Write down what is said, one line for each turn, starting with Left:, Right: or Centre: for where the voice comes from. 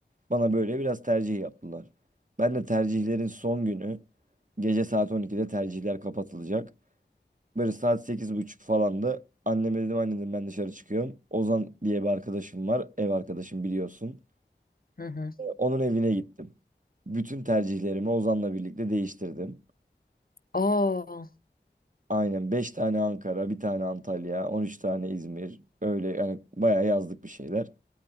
Right: Bana böyle biraz tercih yaptılar. Ben de tercihlerin son günü gece saat 12'de tercihler kapatılacak. Böyle saat 8.30 falan da anneme dedim anne dedim ben dışarı çıkıyorum. Ozan diye bir arkadaşım var. Ev arkadaşım biliyorsun.
Left: Hı hı.
Right: Ee, Onun evine gittim. Bütün tercihlerimi Ozan'la birlikte değiştirdim.
Left: Aa,
Right: Aynen 5 tane Ankara, bir tane Antalya, 13 tane İzmir. Öyle yani bayağı yazdık bir şeyler.